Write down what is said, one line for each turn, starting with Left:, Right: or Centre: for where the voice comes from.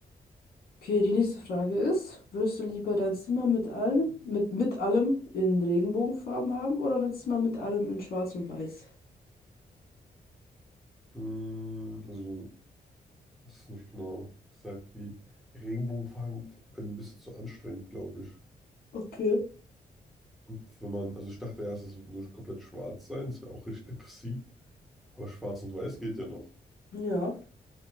Left: Okay, die nächste Frage ist, würdest du lieber dein Zimmer mit allem, mit, mit allem in Regenbogenfarben haben oder dein Zimmer mit allem in Schwarz und Weiß?
Centre: Mm, also, das ist nicht genau gesagt, wie Regenbogenfarben ein bisschen zu anstrengend, glaube ich.
Left: Okay.
Centre: Und wenn man, also ich dachte erst, es wird nur komplett schwarz sein, das wäre auch richtig depressiv. Aber schwarz und weiß geht ja noch.
Left: Ja,